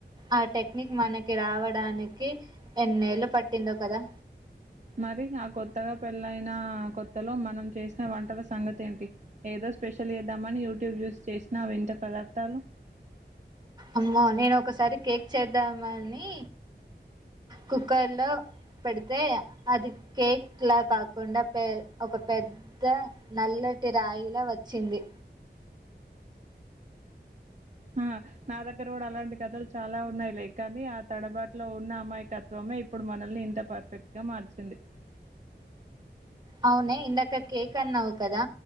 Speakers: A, on the right; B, on the right.
A: ఆ టెక్నిక్ మనకి రావడానికి ఎన్నేళ్ళలు పట్టిందో కదా
B: మరి ఆ కొత్తగా పెళ్ళయిైన కొత్తలో మనం చేసిన వంటల సంగతి ఏంటి ఏదో స్పెషల్ చేద్దామని యూట్యూబ్ చూస్త చేసినావి వింత పదార్ దాలు
A: అమ్మో నేను ఒకసారి కేక్ చేద్దామని కుక్కర్ లో పెడితే అది కేక్ లా కాకుండా పె ఒక పెద్ద నల్లటి రాయిలా వచ్చింది
B: ఆ నా దగ్గర కూడా అలాంటి కథలు చాలా ఉన్నాయి లై కాని ఆ తడబాటు లో ఉన్న అమ్మాయికత్వమే ఇప్పుడు మనల్ని ఇంత పర్ఫెక్ట్ గా మార్చ సింది
A: అవునే ఇందాక కేక్ అన్నావు కదా